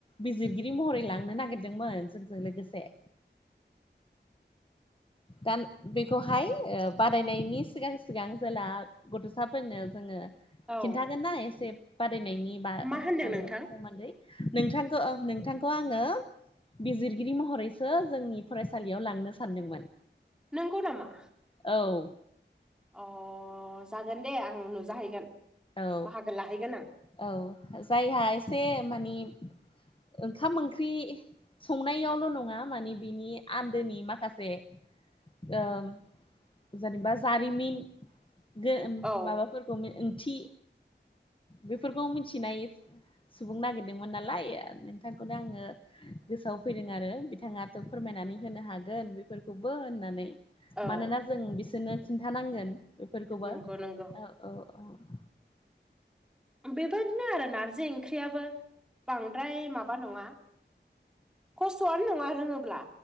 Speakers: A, on the left; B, in the centre.
A: बिजिरगिरि महरै लांनो नागिरदोंमोन जोंजों लोगोसे दा बेखौहाय ओ बादायनायनि सिगां सिगां जेला गथ'साफोरनो जोङो
B: औ
A: खिन्थागोन ना एसे बादायनायनि बा
B: मा
A: ओ
B: होनदों
A: औ
B: नोंथां
A: सोमोन्दै नोंथांखौ ओं नोंथांखौ आङो बिजिरगिरि महरैसो जोंनि फरायसालियाव लांनो सानदोंमोन।
B: नंगौ नामा
A: औ
B: अ जागोन दे आं नुजाहैगोन।
A: औ
B: बाहागो लाहैगोन आं
A: औ जायहा एसे मानि ओंखाम ओंख्रि संनायावल' नङा माने बिनि आन्दोनि माखासे ओ जेनेबा जारिमिन गो उम
B: औ
A: माबाफोरखौ ओंथि बेफोरखौ मिथिनाय सुबुं नागिरदोंमोन नालाय नोंथांखौनो आङो गोसोआव फैदों आरो बिथाङाथ' फोरमायनानै होनो हागोन बेफोरखौबो होननानै
B: औ
A: मानोना जों बिसोरनो खिन्थानांगोन बेफोरखौबो
B: नंगौ
A: औ
B: नंगौ
A: औ औ
B: बेबायदिनो आरो नारजि ओंख्रियाबो बांद्राय माबा नङा खस्थ'आनो नङा रोङोब्ला